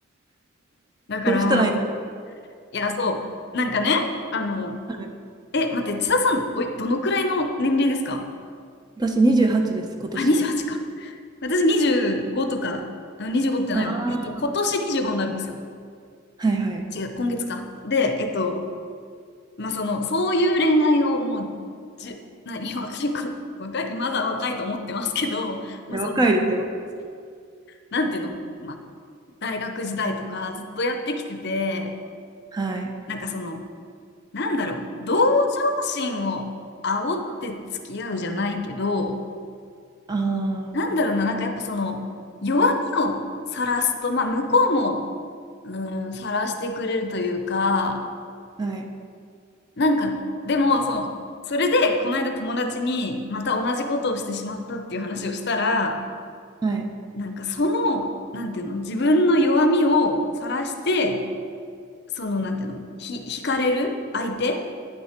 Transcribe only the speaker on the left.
だから、
いや、そう、なんかね、あの、
え、待って、千田さん、おい、どのくらいの年齢ですか
あ、28か。私25とか、あ25ってないわ。
えっと、今年25になるんですよ。
違う、今月か。で、えっと、まあ、その、そういう恋愛をもう、じゅ、<laughs> 何、若い子、若い、まだ若いと思ってますけど、まあ、
そう、
なんていうの、まあ、大学時代とかずっとやってきてて、
なんかその、なんだろう、同情心を煽って付き合うじゃないけど、
なんだろうな、なんかやっぱその、弱みをさらすと、まあ、向こうも、うん、晒してくれるというか、
なんか、でも、そう、それで、この間友達に、また同じことをしてしまったっていう話をしたら、
なんか、その、なんていうの、自分の弱みを晒して、その、なんていうの、ひ、惹かれる相手っ